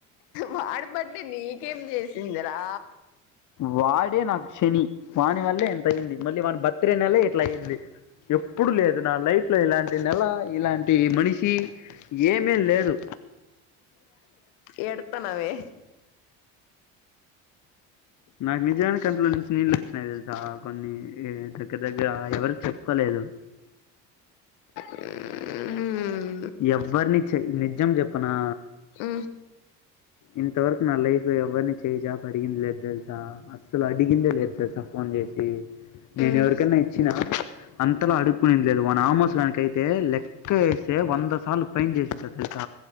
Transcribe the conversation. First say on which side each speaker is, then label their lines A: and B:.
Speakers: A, on the left (about 80°); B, on the left (about 50°).
A: వాడి బడ్డే నీకేం చేసిందిరా
B: వాడే నాకు శని వాని వల్లే ఇంతయింది మళ్ళీ వాని బర్త్డ్ నెలె ఇట్లాయింది ఎప్పుడు లేదు నా లైఫ్ లో ఇలాంటి నెల ఇలాంటి మని షి ఏమీ లేదు
A: ఎడుతానవే
B: నాకు నిజానికి కంట్లో నుంచి నీళ్ళు వచ్చినాయి చ కొన్ని దగ్గర దగ్గర ఎవరు చెప్పుకోలేదు
A: ఆ
B: ఎవరిని చె నిజం చెప్పనా
A: ఆ
B: ఇంతవరకు నా లైఫ్ లో ఎవరిని చేయిజాపి అడిగింది లేదు తెలుసా అసలు అడిగిందే లేదు తెలుసా ఫోన్ చేసి నేను
A: మ్మ్
B: ఎవరికన్నా ఇచ్చినా అంతలా అడుక్కునింది లేదు వాని అమోస్ గానికైతే లెక్క ఏస్తే వంద సార్లు పైన్ చేసేసారు తెలుస